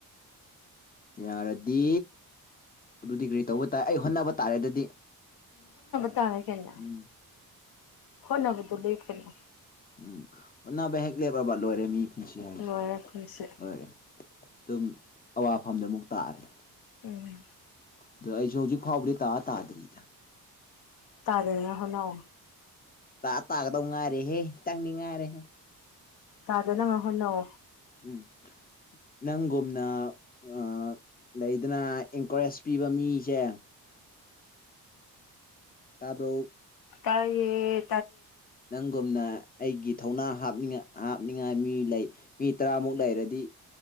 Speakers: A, on the left (about 25°); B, on the left (about 65°).
A: ꯌꯥꯔꯗꯤ ꯑꯗꯨꯗꯤ ꯀ꯭ꯔꯤ ꯇꯧꯕ ꯇꯥꯏ ꯑꯩ ꯍꯣꯠꯅꯕ ꯇꯥꯔꯦ ꯑꯗꯨꯗꯤ
B: ꯇꯔꯦ ꯀꯩꯅꯣ
A: ꯎꯝ
B: ꯍꯣꯠꯅꯕꯗꯨꯗꯩ ꯀꯩꯅꯣ
A: ꯎꯝ ꯑꯣꯟꯅꯕ ꯍꯦꯛ ꯂꯦꯞꯕ ꯂꯣꯏꯔꯦ ꯃꯤ ꯄꯨꯟꯁꯤ ꯍꯥꯏꯕꯁꯤꯗꯤ
B: ꯂꯣꯏꯔꯦ ꯄꯨꯟꯁꯤ
A: ꯂꯣꯏꯔꯦ ꯑꯗꯨꯝ ꯑꯋꯥꯐꯝꯗ ꯑꯃꯨꯛ ꯇꯥꯔꯦ
B: ꯎꯝ
A: ꯑꯗꯣ ꯑꯩꯁꯨ ꯍꯧꯖꯤꯛ ꯐꯥꯎꯕꯗꯤ ꯇꯥ ꯇꯥꯗ꯭ꯔꯤꯗ
B: ꯇꯥꯗꯅ ꯍꯣꯠꯅꯧ
A: ꯇꯥ ꯇꯥꯒꯗꯧ ꯉꯥꯏꯔꯦꯍꯦ ꯈꯤꯇꯪꯗꯤ ꯉꯥꯏꯔꯦ
B: ꯇꯥꯗꯅꯕ ꯍꯣꯠꯅꯧ
A: ꯎꯝ ꯅꯪꯒꯨꯝꯅ ꯑ ꯂꯩꯗꯅ ꯏꯟꯀꯔꯦꯖ ꯄꯤꯕ ꯃꯤꯁꯦ ꯇꯥꯕ꯭ꯔꯣ
B: ꯇꯥꯢꯌꯦ
A: ꯅꯪ ꯨꯝꯅ ꯑꯩꯒꯤ ꯊꯧꯅꯥ ꯍꯥ ꯍꯥꯞꯅꯤꯡꯉꯥꯏ ꯃꯤ ꯂꯩ ꯃꯤ ꯇꯔꯥꯃꯨꯛ ꯂꯩꯔꯗꯤ